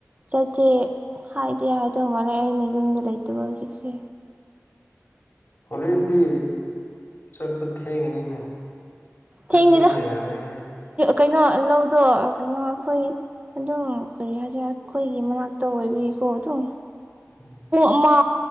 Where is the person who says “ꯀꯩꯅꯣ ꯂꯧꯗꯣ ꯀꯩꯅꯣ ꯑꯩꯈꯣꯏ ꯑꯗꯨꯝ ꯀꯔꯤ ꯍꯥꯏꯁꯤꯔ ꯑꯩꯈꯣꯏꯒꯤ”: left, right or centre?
Right